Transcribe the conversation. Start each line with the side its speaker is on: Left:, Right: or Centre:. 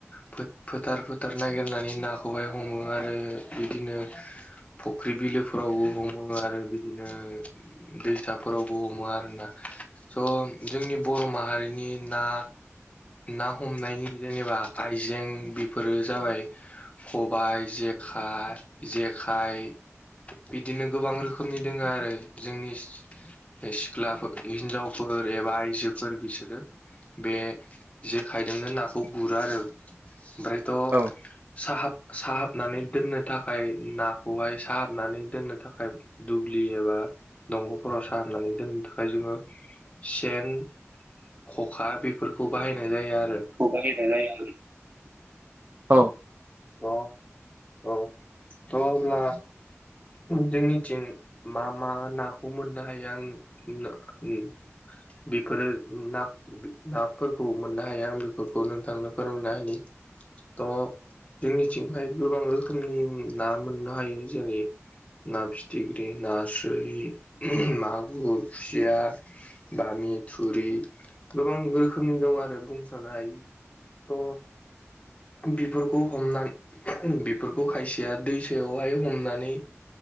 Left: फो फोथार फोथार नागिरनानै नाखौहाय हमो आरो बिदिनो फुख्रि बिलोफोरावबो हमो आरो बिदिनो दैसाफोरावबो बो हमो आरो ना थ' जोंनि बर' माहारिनि ना ना हमनायनि जेनेबा आयजें बेफोरो जाबाय खबाइ जेखाय जेखाय बिदिनो गोबां रोखोमनि दोङो आरो जोंनि सिख्लाफोर हिनजावफोर एबा आयजोफोर बिसोरो बे जेखाइजोंनो नाखौ गुरो आरो ओमफ्रायथ'
Right: औ
Left: साहाब साहाबनानै दोननो थाखाय नाखौहाय साहाबनानै दोननो थाखाय दुब्लि एबा दंगफोराव साहाबनानै दोननो थाखाय जोङो सेन खखा बेफोरखौ बाहायनाय जायो आरो
Right: खौ बाहायनाय जायो आरो औ
Left: औ औ थ' अब्ला जोंनिथिं मा मा नाखौ मोननो हायो आं ना ओ बेफोरो ना नाफोरखौ मोननो हाया आं बेछफोरखौ नोंथांनो फोरमायना होनि थ' जोंनिथिंहाय गोबां रोखोमनि ना मोननो हायो जेरै ना फिथिख्रि, नास्राय, मागुर, खुसिया बामि, थुरि, गोबां रोखोमनि दं आरो बुंस'नाय थ' बेफोरखौ हमना बेफोरखौ खायसेया दैसायावहाय हमनानै